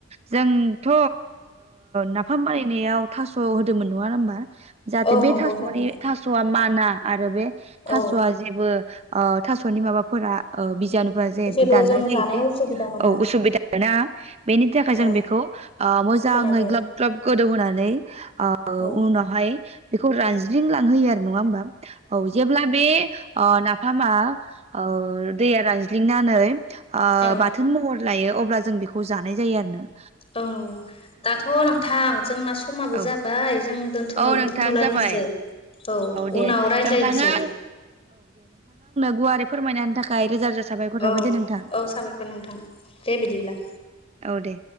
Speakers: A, on the right; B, on the left.
A: जोंथ' नाफाम बानायनायाव थास' होदोंमोन नङा होमबा। जाहाथे
B: औ
A: बे
B: नंगौ
A: थास'नि
B: थारैनो
A: थास'आ मान ना आरो बे। थास'आ
B: औ
A: जेबो थास'नि माबा। फोरा बिजानु फोरा जाहाथे
B: जेबो
A: दानलाय
B: जों
A: लायो
B: जानायाव
A: दे
B: उसुबिदा मोना
A: औ असुबिदा ना। <inaudible> बेनि थाखाय जों
B: औ
A: बेखौ मोजाङै
B: होनाय जायो
A: ग्लाब ग्लाब गोदौ होनानै आ उनावहाय
B: औ
A: बेखौ रानज्रिं लांहोयो आरो नङा होमबा। औ जेब्ला बे ओ नाफामा औ दैया रानज्लिंनानै आ
B: औ
A: बाथोन महर लायो अब्ला जों बेखौ जानाय जायो आरोनो।
B: औ नंगौ दाथ' नोंथां जोंना समाबो
A: औ
B: जाबाय जों दोनथ'
A: औ नोंथां
B: दोन्थ'लायनोसै
A: जाबाय
B: औ
A: दे
B: उनाव रायज्लायनोसै
A: नोंथाङा <unintelligible> फोरमायनाननि थाखाय रोजा रोजा साबायखर थाबाय
B: औ
A: दे नोंथां
B: औ साबायखर नोंथां दे बिदिब्ला
A: औ दे